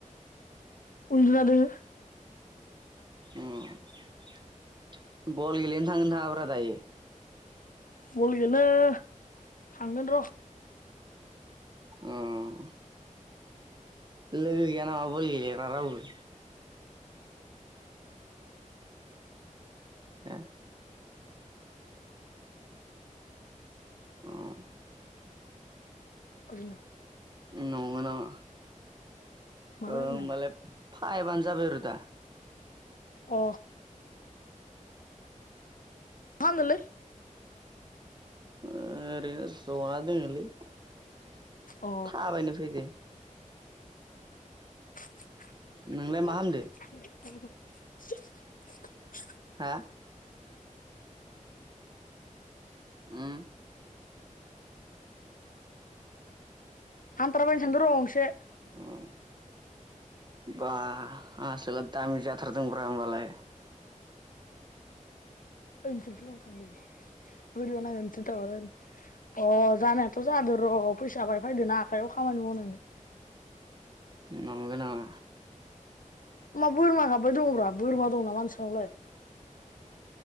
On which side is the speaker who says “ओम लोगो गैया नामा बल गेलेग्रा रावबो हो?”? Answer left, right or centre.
Right